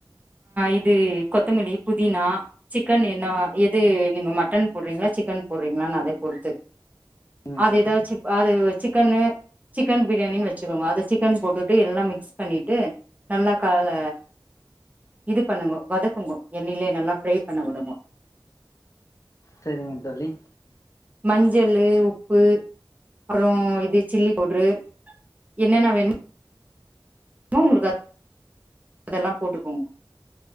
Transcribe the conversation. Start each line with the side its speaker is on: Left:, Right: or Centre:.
Right: இது கொத்தமல்லி புதினா சிக்கன் என்னவா எது நீங்க மட்டன் போட்றீங்களா சிக்கன் போட்றீங்களா னா அதே பொறுத்து
Left: சரிங்க
Right: அது
Left: தோழி
Right: எதா சிக் அது சிக்கன்னு சிக்கன் பிரியாணின்னு வெச்சுக்கோங்க அத சிக்கன் போட்டுட்டு எல்லா மிக்ஸ் பண்ணிட்டு நல்லா கா ல இது பண்ணுங்கோ வதக்குங்கோ எண்ணெயிலே நல்லா ஃப்ரை பண்ண உடுங்கோ
Left: செரிங்க தோழி
Right: மஞ்சளு உப்பு அப்பறோ இது சில்லி பவ்டரு என்னன்ன வேணு மோ உங்க அதெல்லா போட்டுக்கோ